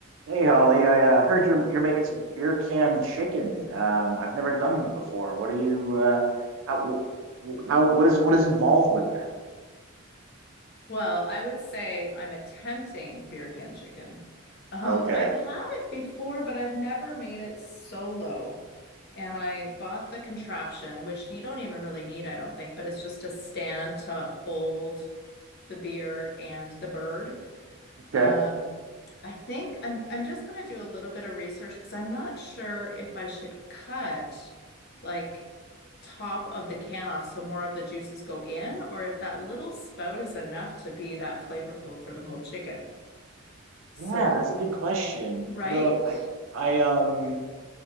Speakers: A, on the right (about 65°); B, on the left (about 50°).
A: Hey Holly, I uh, heard you're you're making some beer can chicken. Um, I've never done it before. What are you? Uh, how? wh- How? What is what is involved with
B: Well, I would say I'm attempting beer can chicken. Um,
A: that? Okay.
B: I've had it before, but I've never made it solo. And I bought the contraption, which you don't even really need, I don't think, but it's just a stand to hold the beer and the bird.
A: Okay.
B: Um, I think I'm I'm just gonna do a little bit of research because I'm not sure if I should cut like top of the can off so more of the juices go in, or if that little spout is enough to be that flavorful for the whole chicken. So,
A: Yeah, that's a good question.
B: right?
A: I don't. I. I um.